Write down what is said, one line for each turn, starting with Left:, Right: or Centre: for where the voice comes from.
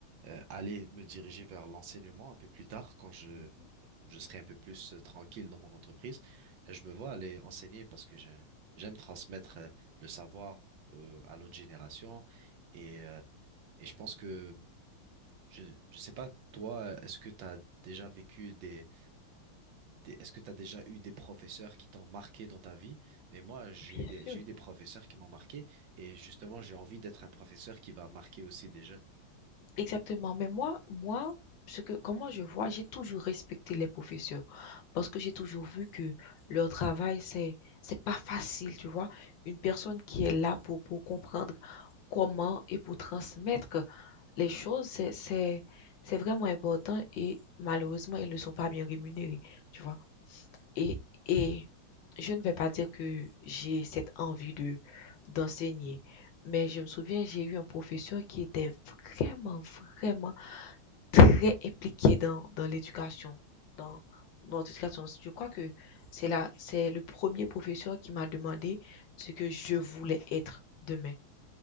Right: euh, aller me diriger vers l'enseignement un peu plus tard quand je
Left: mhm.
Right: je serai un peu plus euh, tranquille dans mon entreprise. Euh, Je me vois aller enseigner parce que j'ai- j'aime transmettre euh, le savoir euh, à l'autre génération et euh, et je pense que, je, je sais pas, toi, est-ce que tu as déjà vécu des, des- est-ce que tu as déjà eu des professeurs qui t'ont marqué dans ta vie? Mais moi, j'ai
Left: Bien
Right: eu des,
Left: sûr.
Right: j'ai eu des professeurs qui m'ont marqué et justement, j'ai envie d'être un professeur qui va marquer aussi des jeunes.
Left: Exactement, mais moi moi, ce que comment je vois, j'ai toujours respecté les professeurs parce que j'ai toujours vu que leur travail, c'est c'est pas facile, tu vois? Une personne qui est là pour pour comprendre comment et pour transmettre les choses, c'est c'est c'est vraiment important et malheureusement, ils ne sont pas bien rémunérés, tu vois? Et et je ne vais pas dire que j'ai cette envie de d'enseigner, mais je me souviens, j'ai eu un professeur qui était vraiment, vraiment très impliquée dans, dans l'éducation, dans notre éducation. Je crois que c'est là, c'est le premier professeur qui m'a demandé ce que je voulais être demain.